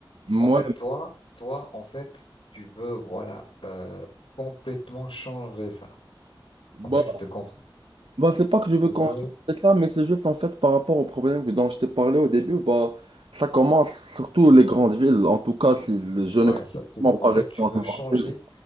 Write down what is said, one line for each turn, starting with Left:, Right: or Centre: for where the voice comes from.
Right: moi,
Left: En fait, toi, toi, en fait, tu veux, voilà, euh, complètement changer ça.
Right: bah,
Left: En fait, je te comprends.
Right: bah, c'est pas que je veux
Left: Tu
Right: qu'on
Left: veux,
Right: ça, mais c'est juste en fait par rapport au problème que- dont je t'ai parlé au début, bah, ça commence surtout les grandes villes, en tout cas, si je
Left: ouais,
Right: ne comprends
Left: ça- tu-
Right: pas
Left: en fait,
Right: rester
Left: tu
Right: dans
Left: veux
Right: une
Left: changer
Right: grande ville.